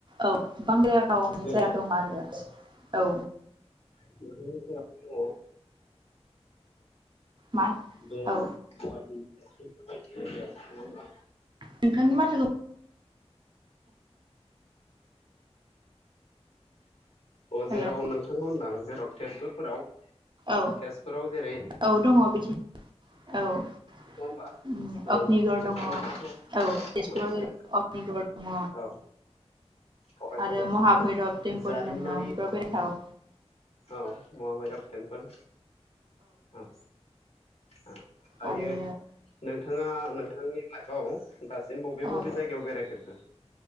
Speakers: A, on the right (about 45°); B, on the left (about 65°).
A: ओ बांद्राय गावनि
B: जेरै
A: जाया दं आरो औ।
B: नोंसोरनि सेराव दङ ओ
A: मा
B: बे
A: औ।
B: गुवाहाटि बेफोरबायदि जायगायाव नङा होमबा
A: नोंथांनि माथोखौ
B: अ जेराव
A: हेल'
B: नोंथांखौ होनदां जेराव तेजपुरफोराव
A: औ
B: तेजपुराव जेरै
A: औ दङ बिथिं औ ओम
B: होमबा
A: अग्निगर
B: औ तेजपुरावबोथ'
A: दङ औ तेजपुराव
B: मोनसे
A: ज अग्निगर दङ
B: औ बेवहायथ'
A: आरो महाभैरब टेमफल
B: जारिमिनारि
A: दङ फ्राव बेरायथाव।
B: औ महाभैरब टेम्पोल। औ आ। हायो
A: आरो
B: नोंथाङा। नोंथांनि लाइफआव। दासिम बबे
A: औ
B: बबे जायगायाव बेरायफेरखो।